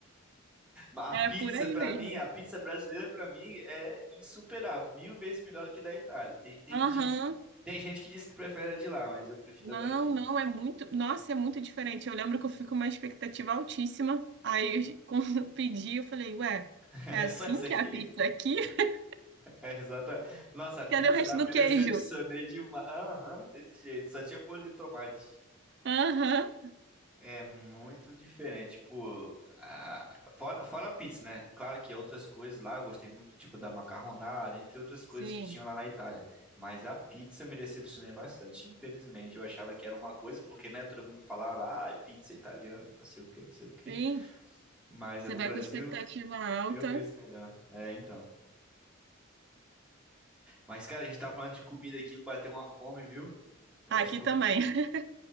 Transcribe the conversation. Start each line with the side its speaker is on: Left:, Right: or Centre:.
Centre: A pizza,
Right: É por aí
Centre: pra
Right: mesmo.
Centre: mim, a pizza brasileira, pra mim, é insuperável, mil vezes melhor que da Itália. Tem, tem
Right: Aham.
Centre: gente que, tem gente que diz que prefere a de lá, mas eu prefiro
Right: Não,
Centre: a daqui.
Right: não, é muito. Nossa, é muito diferente. Eu lembro que eu fui com uma expectativa altíssima. Aí, eu- <laughs> quando eu pedi, eu falei, ué,
Centre: <laughs>
Right: é assim
Centre: É só isso aqui?
Right: que é a pizza aqui? <laughs>
Centre: É exatamente. Nossa, a pizza
Right: Cadê o resto
Centre: lá eu
Right: do
Centre: me decepcionei
Right: queijo?
Centre: demais. Aham, desse jeito, só tinha molho de tomate.
Right: Aham.
Centre: É muito diferente, tipo, a- fora, fora a pizza, né? Claro que outras coisas lá, eu gostei muito, tipo, da macarronada, entre outras coisas
Right: Sim,
Centre: que tinham lá na Itália. Mas a pizza eu me decepcionei bastante, infelizmente. Eu achava que era uma coisa, porque, né, todo mundo falava, ah, pizza italiana, não sei o que, não sei o que.
Right: sim.
Centre: Mas
Right: Você
Centre: é do
Right: vai
Centre: Brasil,
Right: com a expectativa alta.
Centre: mil vezes melhor. É, então. Mas, cara, a gente tá falando de comida aqui, me bateu uma fome, viu? Eu
Right: Aqui
Centre: acho que eu,
Right: também. <laughs>